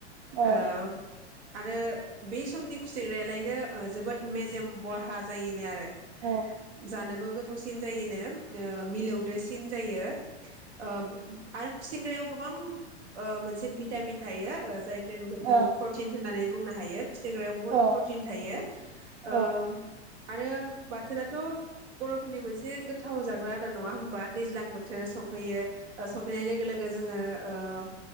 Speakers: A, on the right; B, on the right.
A: औ
B: ओ आरो बे समनि खुसेंग्रायालाय नो ओ जोबोद मेजेम बरहा जायोनो आरो।
A: औ
B: जानोबो गोथाव सि <unintelligible> जायोनो ओ मिलौ दोसिन जायो। ओ आरो खुसेंग्रायाव गोबां ओ मोनसे भिटामिन थायो जाय जेनुकु
A: औ
B: जोङो फरटिन होननानै बुंनो हायो। खुसेंग्रायाव बुहुद
A: औ
B: प्रटिन थायो
A: औ
B: ओम आरो बाथोनाथ' बर'फोरनि मोनसे गोथाव जाग्रा आदार नङा होमबा दैज ज्लां बोथोर सौफैयो ओ स' फैनाय लोगो-लोगो जोङो ओ